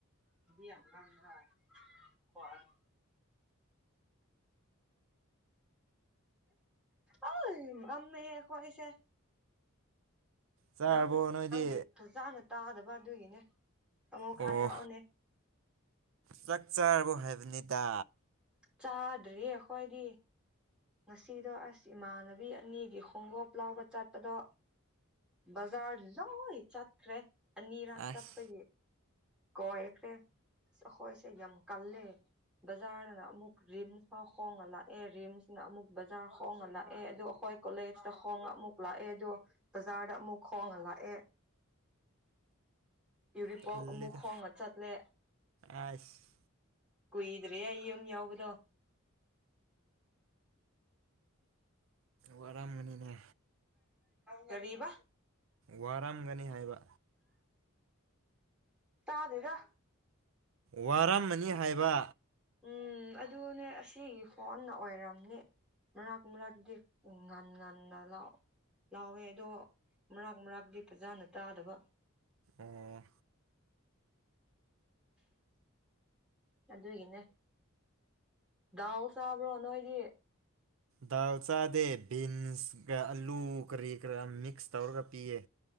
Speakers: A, in the centre; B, on the right.
A: ꯃꯍꯤ ꯌꯥꯝ ꯂꯥꯡ <unintelligible> ꯑꯥꯢ ꯃꯝꯃꯦꯍꯦ ꯑꯩꯈꯣꯢꯁꯦ
B: ꯆꯥꯔꯕꯣ
A: ꯅꯪ
B: ꯅꯣꯏꯗꯤ
A: ꯅꯪꯒꯤ ꯐꯖꯅ ꯇꯥꯗꯕ ꯑꯗꯨꯒꯤꯅꯦ ꯑꯃꯨꯛ
B: ꯑꯣ
A: ꯍꯥꯏꯔꯛꯑꯣꯅꯦ
B: ꯆꯥꯛ ꯆꯥꯔꯕꯣ ꯍꯥꯏꯕꯅꯤꯗ
A: ꯆꯥꯗ꯭ꯔꯤ ꯑꯩꯈꯣꯏꯗꯤ ꯉꯁꯤꯗꯣ ꯑꯁ ꯏꯃꯥꯟꯅꯕꯤ ꯑꯅꯤꯒꯤ ꯈꯣꯡꯎꯨꯞ ꯂꯥꯎꯕ ꯆꯠꯄꯗꯣ ꯕꯖꯥꯔꯗ ꯂꯣꯏ ꯆꯠꯈ꯭ꯔꯦ ꯑꯅꯤꯔꯛ
B: ꯑꯁ
A: ꯆꯠꯄꯒꯤ ꯀꯣꯏꯈ꯭ꯔꯦ ꯑꯁ ꯑꯩꯈꯣꯏꯁꯦ ꯌꯥꯝ ꯀꯜꯂꯦ ꯕꯖꯥꯔꯗꯅ ꯑꯃꯨꯛ ꯔꯤꯝꯁ ꯐꯥꯎ ꯈꯣꯡꯅ ꯂꯥꯛꯑꯦ ꯔꯤꯝꯁꯅ ꯑꯃꯨꯛ ꯕꯖꯥꯔ ꯈꯣꯡꯉ ꯂꯥꯛꯑꯦ ꯑꯗꯨ ꯑꯩꯈꯣꯏ ꯀꯣꯂꯦꯖꯇ ꯈꯣꯡꯅ ꯑꯃꯨꯛ ꯂꯥꯛꯑꯦ ꯑꯗꯣ ꯕꯖꯥꯔꯗ ꯑꯃꯨꯛ ꯈꯣꯡꯅ ꯂꯥꯛꯑꯦ ꯌꯨꯔꯤꯄꯣꯛ
B: ꯇꯜꯂꯤꯗ
A: ꯑꯃꯨꯛ ꯈꯣꯡꯅ ꯆꯠꯂꯦ
B: ꯑꯁ
A: ꯀꯨꯏꯗ꯭ꯔꯤꯌꯦ ꯌꯨꯝ ꯌꯧꯕꯗꯣ
B: ꯋꯥꯔꯝꯒꯅꯤꯅꯦ
A: ꯀꯔꯤꯕ
B: ꯋꯥꯔꯝꯒꯅꯤ ꯍꯥꯏꯕ
A: ꯇꯥꯗꯦꯗ
B: ꯋꯥꯔꯝꯃꯅꯤ ꯍꯥꯏꯕ
A: ꯎꯝ ꯑꯗꯨꯅꯦ ꯑꯁꯤꯒꯤ ꯐꯣꯟꯅ ꯑꯣꯏꯔꯝꯅꯤ ꯃꯔꯥꯛ ꯃꯔꯥꯛꯗꯤ ꯎꯝ ꯉꯟ ꯉꯟꯅ ꯂꯥꯎ ꯂꯥꯎꯋꯦ ꯑꯗꯣ ꯃꯔꯥꯛ ꯃꯔꯥꯛꯇꯤ ꯐꯖꯥꯅ ꯇꯥꯗꯕ
B: ꯑꯦ
A: ꯑꯗꯨꯒꯤꯅꯦ ꯗꯥꯜ ꯆꯥꯕ꯭ꯔꯣ ꯅꯣꯏꯗꯤ
B: ꯗꯥꯜ ꯆꯥꯗꯦ ꯕꯤꯟꯁꯒ ꯑꯂꯨ ꯀꯔꯤ ꯀꯔ ꯃꯤꯛꯁ ꯇꯧꯔꯒ ꯄꯤꯌꯦ